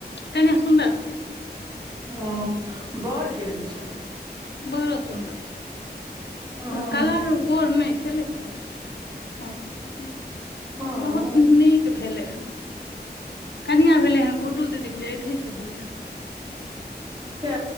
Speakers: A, on the left; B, on the right.
A: कन्या सुंदर छै
B: ह बोड़ केहन छै
A: बड़ो सुन्दर छै
B: हँ
A: त कलर गोर नहि छै लेकिन टिक ह ह
B: हँ
A: बहुत नहि के <unintelligible> भेलै कनिया भेलै हन गुड्डू दीदी के जेधी स भेलै हन
B: छै